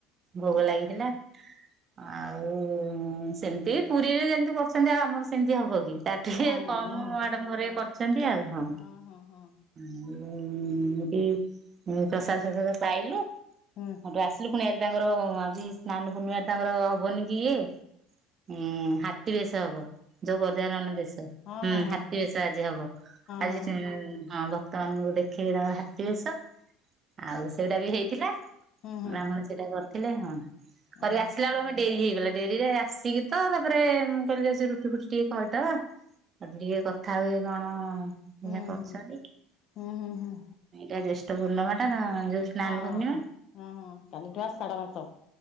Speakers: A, on the right; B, on the left.
A: ଭୋଗୋ
B: ଉଁ
A: ଲାଗିଥିଲା।
B: ହୁଁ।
A: ଆଉ ସେମିତି ପୁରୀରେ ଯେମିତି କରୁଛନ୍ତି ଆଉ ଆମର ସେମିତି ହବ କି ତା ଟିକେ
B: ନା ନା
A: କମ
B: ନାଇଁ।
A: ଆଡମ୍ବରରେ
B: ହଁ ହଁ
A: କରିଛନ୍ତି ଆଉ କଣ।
B: ହଁ ହଁ ହଁ।
A: ଆଉ ଏମତି ଉଁ ପ୍ରସାଦ ଫ୍ରସାଦ ପାଇଲୁ।
B: ହୁଁ।
A: ହୋଟୁ ଆସିଲୁ ଫୁଣି ଆଜି ତାଙ୍କର ଆଜି ସ୍ନାନ ପୂର୍ଣ୍ଣିମା ତାଙ୍କର ହବନି କି ଇଏ ଉଁ ହାତୀ ବେଶ ହବ। ଯୋଉ ଗଜାନନ ବେଶ
B: ହଁ
A: ହୁଁ
B: ହଁ ହଁ
A: ହାତୀ ବେଶ ଆଜି ହବ ଆଜି
B: ହଁ
A: <unintelligible>
B: ହଁ ହଁ
A: ହବ। ତମାନଙ୍କୁ ଦେଖେଇବେ ତାଙ୍କ ହାତୀ ବେଶ ଆଉ ସେଇଡ଼ା ବି ହେଇଥିଲା ବ୍ରାହ୍ମଣ
B: ହୁଁ ହୁଁ
A: ଏଟା କରିଥିଲେ ହଁ। ପରେ
B: ଉଁ ହୁଁ।
A: ଆସିଲା ବେଳୁ ଆମେ ଡେରି ହେଇଗଲା ଡେରିରେ ଆସିକି ତ ତାପରେ ମୁଁ କହିଲି ଯାଉଚି ରୁଟି ଫୁଟି ଟିକେ କରିଦବା। <unintelligible> ଟିକେ କଥା ହୁଏ କଣ
B: ହୁଁ
A: ଏଇଆ କରୁଛନ୍ତି
B: ହୁଁ ହୁଁ ହୁଁ ହୁଁ।
A: ଏଇଡ଼ା ଜେଷ୍ଟପୂର୍ଣ୍ଣମାଟା ତ ଯୋଉ ସ୍ନାନ
B: ହଁ
A: ପୂର୍ଣ୍ଣିମା
B: ହଁ ହଁ ହଁ କାଲିଠୁ ଆଷାଢ଼ ମାସ।